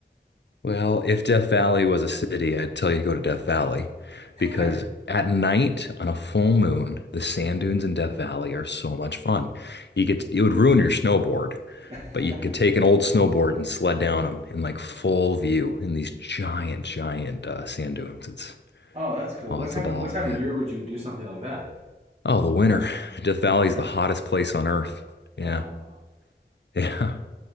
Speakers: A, on the left (about 70°); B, on the right (about 30°).
A: Well, if Death Valley was a city, I'd tell you to go to Death Valley because
B: here.
A: at night on a full moon, the sand dunes in Death Valley are so much fun. You could it would ruin your snowboard,
B: <laughs>
A: but you could take an old snowboard and sled down them in like full view in these giant, giant uh, sand dunes. It's
B: Oh, that's cool.
A: oh,
B: What
A: it's
B: time?
A: a ball,
B: What time of
A: yeah.
B: year would you do something like that
A: Oh, the winter. <laughs> Death Valley
B: in the winter?
A: is the hottest place on earth. Yeah,
B: Oh, wow.
A: <laughs> yeah.